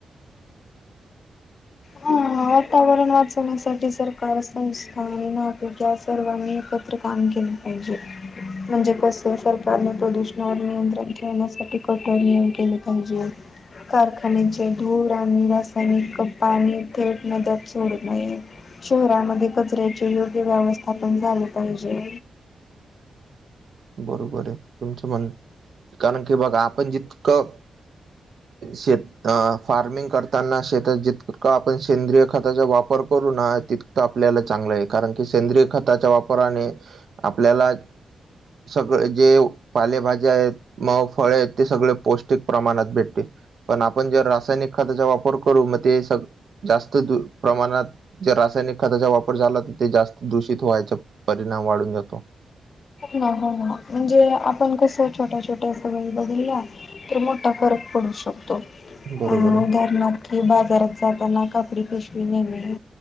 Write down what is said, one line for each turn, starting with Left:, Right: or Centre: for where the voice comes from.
Right: <inaudible>
Left: हा वातावरण वाचवण्यासाठी सरकार, संस्था आणि नागरिक या सर्वांनी एक तर काम केलं पाहिजे. म्हणजे कस सरकारने प्रदूषणावर नियंत्रण ठेवण्यासाठी कठोर नियम केले पाहिजे. कारखान्यांचे धूळ आणि रासायनिक कप पाणी थेट नद्यात सोडू नये. शहरामध्ये कचऱ्याचे योग्य व्यवस्थापन झाले पाहिजे.
Right: बरोबर आहे. तुमच म्हणणं, कारण की बघा आपण जितकं शेत अ, फार्मिंग करताना शेतात जितकं आपण सेंद्रिय खताचा वापर करून ती तर आपल्याला चांगलं आहे कारण की सेंद्रिय खताच्या वापराने आपल्याला सगळे जे पालेभाज्या आहेत मग फळे आहेत ते सगळे पौष्टिक प्रमाणात भेटतील. पण आपण जे रासायनिक खताचा वापर करू मग ते सग जास्त प्रमाणात जर रासायनिक खताचा वापर झाला तर ते जास्त दूषित व्हायचा परिणाम वाढून जातो.
Left: ना हो ना म्हणजे आपण कसं छोट्या छोट्या सवयी बदलल्या तर मोठा फरक पडू शकतो अ
Right: बरोबर आहे.
Left: उदाहरणार्थ कि बाजारात जाताना कापडी पिशवी नेणे